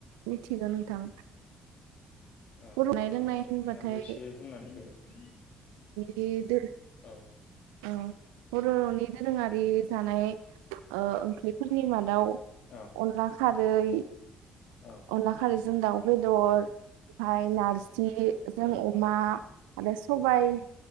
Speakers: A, on the right; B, on the left.
A: मिथिगो नोंथां।
B: ओ
A: बर' जानाय लोंनाय
B: औ नोंथाङाबो
A: होनबाथाय
B: एसे बुंनानै होदो।
A: ए दो
B: औ।
A: ओ बर' रावनि दोरोङारि जानाय ओ ओंख्रिफोरनि मादाव
B: औ
A: अनला खारै
B: औ
A: अनला खारै जों दाउ बेदर हाय नारजि जि जों
B: औ
A: अमा आरो सबाय